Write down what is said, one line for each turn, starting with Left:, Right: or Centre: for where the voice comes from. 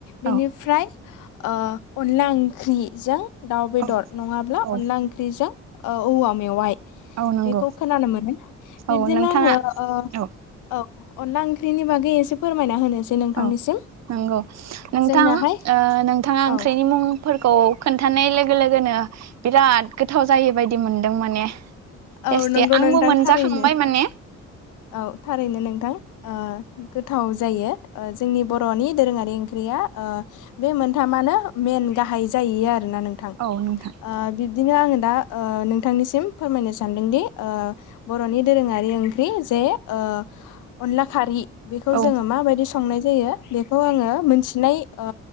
Right: औ
Left: बेनिफ्राय ओ अनला ओंख्रिजों दाउ बेदर
Right: औ
Left: नङाब्ला
Right: औ
Left: अनला ओंख्रिजों ओ औवा मेवाइ।
Right: औ नंगौ
Left: बेखौ खोनानो मोनो बिबदिनो
Right: औ नोंथाङा
Left: आङो ओ
Right: औ
Left: औ अनला ओंख्रिनि बागै एसे फोरमायना होनोसै। नोंथांनिसिम
Right: औ नंगौ नोंथां
Left: जोंनाहाय
Right: ओ नोंथाङा
Left: औ
Right: ओंख्रिनि मुं फोरखौ खोन्थानाय लोगो लोगोनो बिराद गोथाव जायोबादि मोनदों माने।
Left: औ
Right: टेस्टि
Left: नंगौ
Right: आंबो
Left: नोंथां
Right: मोनजाखांबाय
Left: थारैनो
Right: माने।
Left: औ थारैनो नोंथां। ओ गोथाव जायो जोंनि बर'नि दोरोङारि ओंख्रिया ओ बे मोनथामानो मेन गाहाय जायो आरो ना नों थां
Right: औ नोंथां
Left: ओ बिब्दिनो आङो दा ओ नोंथांनिसिम फोरमायनो सा सान्दोंदि ओ बर'नि दोरोङारि ओंख्रि जे ओ अनला खारि बेखौ
Right: औ
Left: जोङो माबायदि संनाय जायो बेखौ आङो मिथिनाय ओ